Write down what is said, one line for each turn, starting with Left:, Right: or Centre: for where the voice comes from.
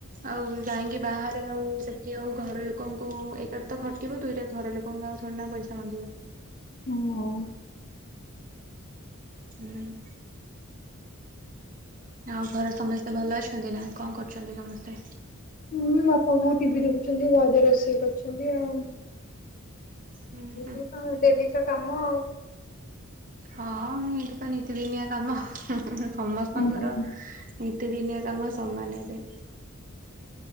Right: ଆଉ ଯାଇଁକି ବାହାରେ ଆଉ ସେଠି ଆଉ ଘର ଲୋକଙ୍କୁ ଏକାଠି ତ ଖଟିବ, ଦୁଇରେ ଘର ଲୋ ଙ୍କୁ ଥୋଡ଼ି ନା ପଇସା ମାଗିବ?
Left: ହୁଁ।
Right: ହୁଁ। ଆଉ ଘରେ ସମସ୍ତେ ଭଲ ଅଛନ୍ତି ନା କଣ କରୁଚନ୍ତି ସମସ୍ତେ।
Left: ହୁଁ ବାପା ବୋଉ ଟିଭି ଦେଖୁଚନ୍ତି ଭାଉଜ ରୋଷେଇ କରିୁଚନ୍ତି ଆଉ।
Right: ହୁଁ ହୁଁ
Left: ହ କଣ ଡେଲି ତ କାମ ଆଉ।
Right: ହଁ ଏଇଠି ତ ନିତିଦିନିଆ କାମ ସମସ୍ତଙ୍କର
Left: ହୁଁ।
Right: ନିତି ଦିନିଆଁ କାମ ସମାନ ହେବେ।